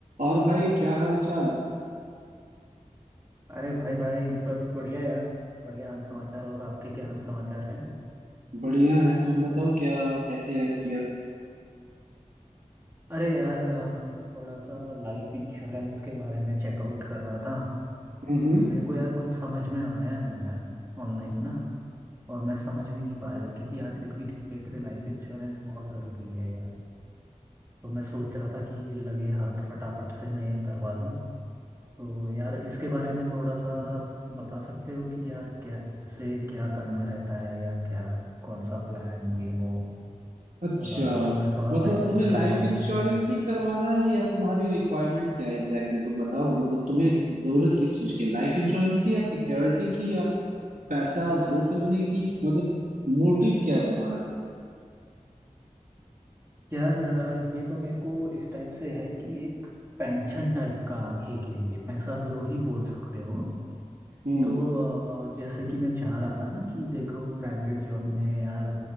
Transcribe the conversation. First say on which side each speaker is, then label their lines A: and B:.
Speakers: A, on the right; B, on the right.
A: और भाई क्या हाल चाल
B: अरे भाई भाई बस बढ़िया यार बढ़िया हाल समाचार और आपके क्या हाल समाचार हैं
A: बढ़िया है तुम बताओ क्या कैसे याद किया
B: अरे यार अ, थोड़ा सा लाइफ इंश्योरेंस के बारे में चेकआउट कर रहा था
A: हम्म
B: तो मेरे को यार कुछ समझ में आया नहीं यार ऑनलाइन ना और मैं समझ भी नहीं पाया क्योंकि आजकल की डेट पे लाइफ इंश्योरेंस बहुत ज़रूरी है यार तो मैं सोच रहा था कि लगे हाथ फटाफट से मैं ये करवा लूँ तो यार इसके बारे में थोड़ा सा बता सकते हो कि यार कैसे क्या करना रहता है या क्या कौन सा प्लान ये वो
A: अच्छा
B: थोड़ा तुम्हें थोड़ा
A: मतलब
B: फाइनेंस
A: तुम्हें लाइफ
B: का नॉलेज
A: इंश्योरेंस
B: है
A: ही करवाना है या तुम्हारी रिक्वायरमेंट क्या है एग्जैक्टली exactly? तुम बताओगे मतलब तुम्हें जरूरत किस चीज की लाइफ इंश्योरेंस की या सिक्योरिटी की या पैसा ग्रो करने की मतलब मोटिव क्या है तुम्हारा
B: यार अ, ये तो मेरे को इस टाइप से है कि एक पेंशन टाइप का आगे के लिए पैसा ग्रो ही बोल सकते हो
A: हम्म
B: तो अ, जैसे कि मैं चाह रहा था ना कि देखो प्राइवेट जॉब में यार